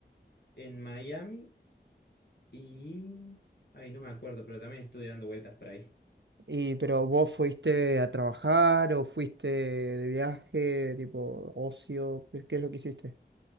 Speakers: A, on the left; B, on the right.
A: en Miami y... Ay, no me acuerdo, pero también estuve dando vueltas por ahí.
B: Y, pero vos fuiste a trabajar o fuiste de viaje, tipo ocio, ¿qué, qué es lo que hiciste?